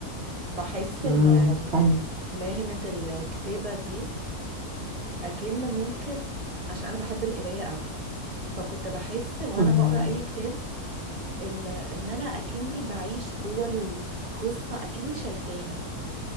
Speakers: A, on the right; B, on the right.
A: بحس
B: مم،
A: ان آم،
B: طيب.
A: مهنة الكتابة دي اكن ممكن عشان انا بحب القراية قوي فكنت بحس وانا
B: مم،
A: بقرا اي كتاب ان ان انا اكني بعيش جوه القصة اكني شايفاها